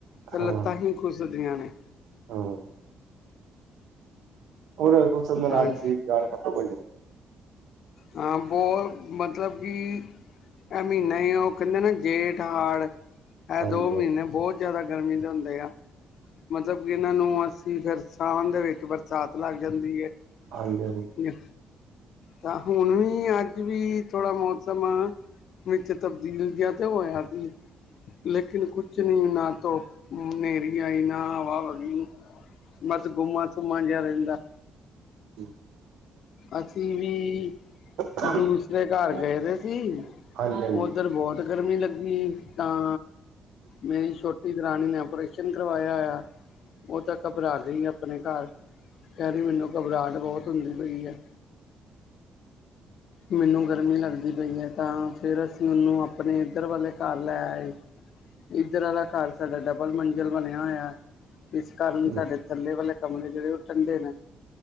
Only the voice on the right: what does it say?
ਹਾਂ
ਹਾਂ ਹੋਰ ਕੁਛ ਸਮਝ
ਨਾਲ
ਸਰੀਰ ਜਾਨ ਖਤਮ ਹੋ ਜਾਂਦੀ
ਹਾਂਜੀ
ਹਾਂਜੀ ਹਾਂਜੀ ਹਾਂਜੀ
ਹ
ਹਾਂ
ਹਾਂ
ਕੀਚ <inaudible>
ਹੂੰ ਹੂੰ